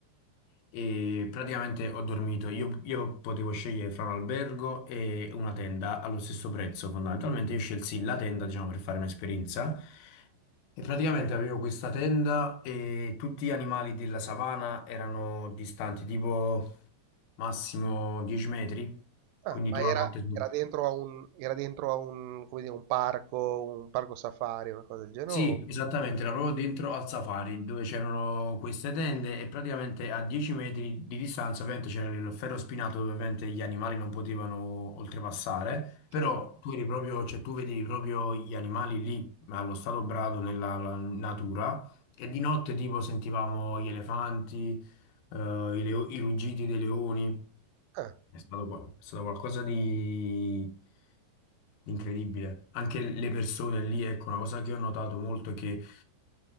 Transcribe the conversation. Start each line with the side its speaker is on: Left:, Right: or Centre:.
Left: e praticamente ho dormito. Io, io potevo scegliere fra un albergo e una tenda allo stesso prezzo. Fondamentalmente io scelsi la tenda, diciamo, per fare un'esperienza. E praticamente avevo questa tenda e tutti gli animali della savana erano distanti tipo massimo 10 metri.
Right: Ah,
Left: Quindi
Right: ma
Left: tu
Right: era,
Left: la notte
Right: era dentro a un, era dentro a un, come dire, un parco, un parco safari, una cosa del genere?
Left: Sì,
Right: o-
Left: esattamente, era proprio dentro al safari dove c'erano queste tende e praticamente a 10 metri di distanza ovviamente c'era il ferro spinato dove ovviamente gli animali non potevano oltrepassare, però
Right: Sì.
Left: tu eri proprio, cioè tu vedevi proprio gli animali lì allo stato brado nella la natura e di notte tipo sentivamo gli elefanti, eh, i, leo- i ruggiti dei leoni.
Right: Ah,
Left: È stato, qua- è stato qualcosa di, di incredibile. Anche le persone lì, ecco, una cosa che ho notato molto è che